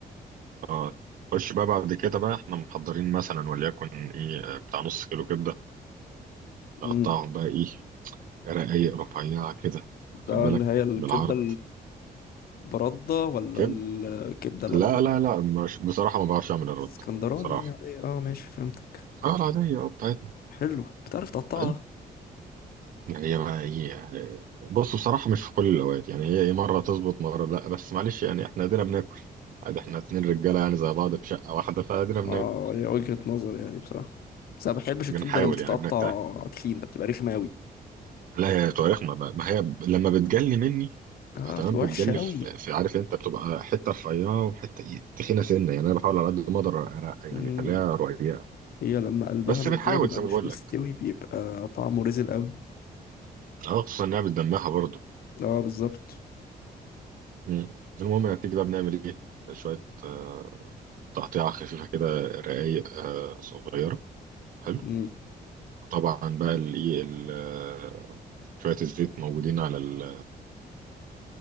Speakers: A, on the right; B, on the left.
A: اه خش بقى بعد كده بقى احنا محضرين مثلا وليكن ايه آه، بتاع نص كيلو كبده نقطعهم
B: امم
A: بقى ايه رقايق رفيعه كده خد
B: ده
A: بالك
B: اللي هي الكبدة
A: بالعرض
B: البردة ولا
A: كده
B: الكبدة ال-
A: لا لا لا مش بصراحه ما بعرفش اعمل الرد
B: الاسكندراني
A: بصراحه
B: يعني عادية اه ماشي فهمتك
A: اه العاديه اه بتاعتنا
B: حلو بتعرف تقطعها
A: حلو هي بقى ايه آه، بص بصراحه مش في كل الاوقات يعني هي ايه مره تظبط مره لا بس معلش يعني احنا ادينا بناكل عادي احنا اتنين رجاله يعني زي بعض في شقه واحده فادينا بناكل
B: اه هي وجهة نظر يعني بصراحة بس انا ما بحبش
A: بنحاول
B: الكبدة لما بتتقطع
A: يعني بنجتهد
B: تخينة بتبقى رخمة اوي
A: لا هي طريق ما, ما ما هي لما بتجلي مني
B: اه
A: تمام
B: بتبقى
A: بتجلي
B: وحشة اوي
A: في, في عارف انت بتبقى حته رفيعه وحته ايه تخينه سنه يعني انا بحاول على قد ما اقدر أنا- يعني
B: مم.
A: اخليها رقيقه
B: هي لما قلبها
A: بس
B: من
A: بنحاول
B: جوه بيبقى
A: زي
B: مش
A: ما بقول
B: مستوي
A: لك
B: بيبقى طعمه رزل اوي
A: اه خصوصا انها بتدمها برضه
B: اه بالظبط
A: مم. المهم نتيجه بقى بنعمل ايه شويه آه، تقطيعه خفيفه كده رقايق آه، صغيره حلو
B: مم.
A: طبعا بقى الايه ال- آه، شويه الزيت موجودين على ال-